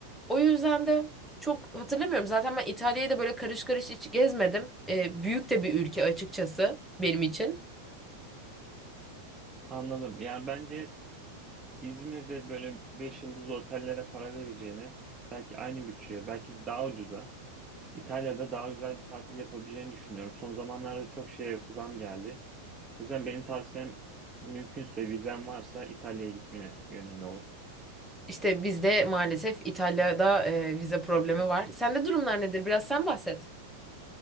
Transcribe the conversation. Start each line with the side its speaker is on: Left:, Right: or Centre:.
Centre: O yüzden de çok hatırlamıyorum. Zaten ben İtalya'yı da böyle karış karış hiç gezmedim. Ee, büyük de bir ülke açıkçası benim için.
Right: Anladım. Yani bence İzmir'de böyle 5 yıldız otellere para vereceğini belki aynı bütçeye belki daha ucuza İtalya'da daha güzel bir tatil yapabileceğini düşünüyorum. Son zamanlarda çok şeye zam geldi. O yüzden benim tavsiyem mümkünse vizen varsa İtalya'ya gitmeni yönünde olur.
Centre: İşte bizde maalesef İtalya'da e, vize problemi var. Sende durumlar nedir? Biraz sen bahset.